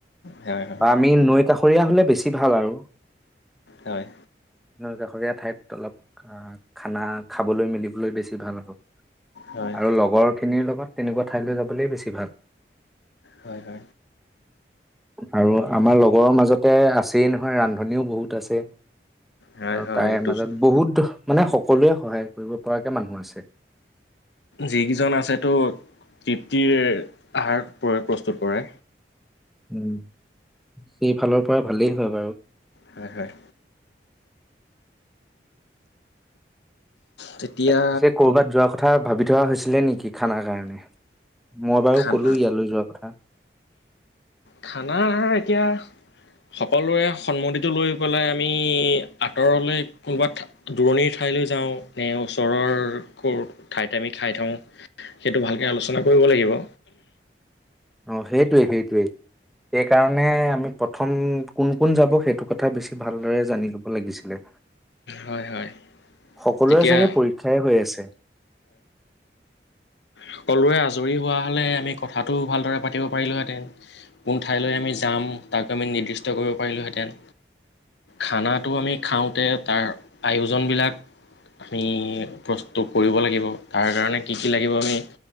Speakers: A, on the left; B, in the centre.
A: হয় হয়
B: বা আমি নৈ কাষৰীয়া হলে বেছি ভাল আৰু
A: হয়
B: নৈ কাষৰীয়া ঠাইত অলপ খানা খাবলৈ মেলিবলৈ বেছি ভাল হ
A: হয়
B: আৰু লগৰ খিনিৰ লগত তেনেকুৱা ঠাইলৈ যাবলৈ বেছি ভাল
A: হয় হয়
B: আৰু আমাৰ লগৰৰ মাজতে আছে নহয় ৰান্ধনও বহুত আছে
A: হয়
B: আৰু
A: হয়
B: তাইৰ
A: দুজন
B: মাজত বহুত মানে সকলোৱে সহায় কৰিব পৰাকৈ মানুহ আছে
A: যিকেইজন আছে তো তৃপ্তিৰ আহাৰ প্ৰ প্ৰস্তুত কৰে
B: উম সেইফালৰ পৰা ভালেই হয় বাৰু
A: হয় হয় তেতিয়া
B: পিছে কৰ'বাত যোৱাৰ কথা ভাবি যোৱা হৈছিলে নেকি খানাৰ কাৰণে। মই বাৰু
A: খানা
B: কলো ইয়ালৈ যোৱা কথা
A: খানা এতিয়া সকলোৰে সন্মতিটো লৈ পেলাই আমি আঁতৰলৈ কোনোবা দূৰণিৰ ঠাইলৈ যাওঁ এ ওচৰৰ ক' ঠাইতে আমি খাই থওঁ সেইটো ভালকৈ আলোচনা কৰিব লাগিব।
B: অ সেইটোৱে সেইটোৱেই সেই কাৰনে আমি প্ৰথম কোন কোন যাব সেইটো কথা বেছি ভালদৰে জানি লব লাগিছিলে
A: হয় হয়
B: সকলোৰে
A: তেতিয়া
B: চাগে পৰীক্ষাই হৈ আছে।
A: সকলোৱৰে আজৰি হোৱা হ'লে আমি কথাটো ভালদৰে পাতিব পাৰিলোঁহেতেন কোন ঠাইলৈ আমি যাম তাক আমি নিৰ্দিষ্ট কৰিব পাৰিলোঁহেঁতেন খানাটো আমি খাওঁতে তাৰ আয়োজনবিলাক আমি প্ৰস্তুত কৰিব লাগিব তাৰ কাৰণে কি কি লাগিব আমি